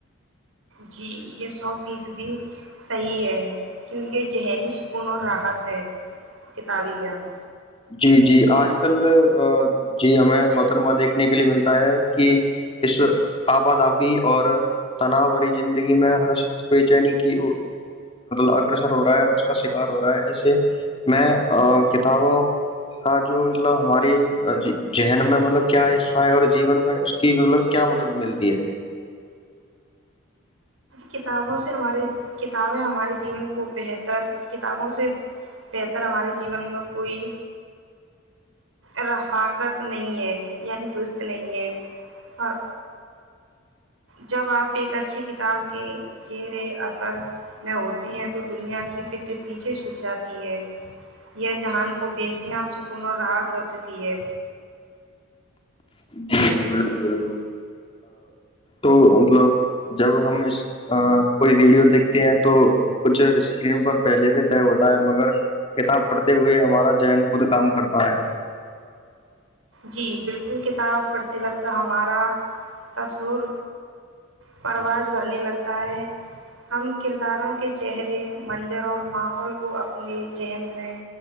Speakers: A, on the right (about 80°); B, on the left (about 25°).
A: جی یہ سو فیصدی صحیح ہے کیوں یہ ذہنی سکون اور راحت ہے کتابی گان
B: جی جی آج کل جی ہمیں مترمہ دیکھنے کے لیے ملتا ہے کہ اس آبادابی اور تنا بری زندگی میں ہر شخص بے چینی کیط اگرسر ہو رہا ہے اور اس کا شکار ہو رہا ہے ایسے میں کتابوں کا جو مطلب ہماری ذہن میں مطلب کیا حصہ ہے اور جیون میں اس کی مطلب کیا مدد ملتی ہے
A: کتابوں سے ہماری تعویں ہمارے جیونن کو بہتر تر کتابوں سے بہتر ہمارے جیون میں کوئی رفاقت نہیں ہے یعنی درست نہیں ہے اور جب آپ ایک اچھی کتاب کے زیر اثر میں ہوتے ہیں تو دنیا کی فکر پیچھے چھوٹ جاتی ہے یہ جہان کو بینتیاں سکون اور راحت رکھتی ہے
B: جی جی بالکل بالکل تو مطلب جب ہم اس کوئی ویڈیو دیکھتے ہیں تو کچھ اسکرین پر پہلے سے طے ہوتا ہے مگر کتاب پڑھتے ہوئے ہمارا جین خود کام کرتا ہے
A: جی بالکل کتاب پڑھتے وقت ہمارا تصور پرواز بھرھنے لگتا ہے ہم کرداروں کے چہرے منظر اور ماحول کو اپنے ذہن میں